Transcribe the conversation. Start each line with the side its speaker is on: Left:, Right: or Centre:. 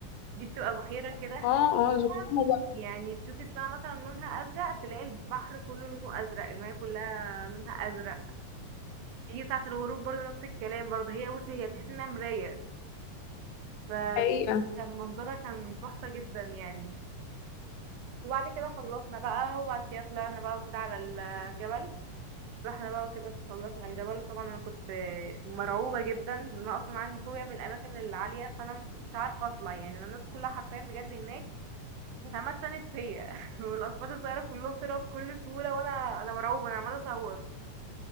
Right: دي بتبقى بحيرة كده هناك
Left: اه اه زحلوقة بقى
Right: يعني تشوفي السماء مثلا لونها أزرق تلاقي البحر كله لونه أزرق المياه كلها لونها أزرق يجي ساعة الغروب برضو نفس الكلام برضو هي بصي هي تحس انها مراية فكان
Left: حقيقة
Right: منظرها كان تحفة جدا يعني وبعد كده خلصنا بقى وبعد كده طلعنا بقى وكده على الجبل رحنا بقى وكده تسلقنا الجبل وطبعا انا كنت مرعوبه جدا ان انا اصلا عندي فوبيا من الاماكن العاليه فانا ما كنتش عارفه اطلع يعني انا الناس كلها حرفيا بجد هناك كانت عماله تساند فيا <laughs> والاطفال الصغيره كلهم طلعوا بكل سهوله وانا انا مرعوبه انا عماله اصور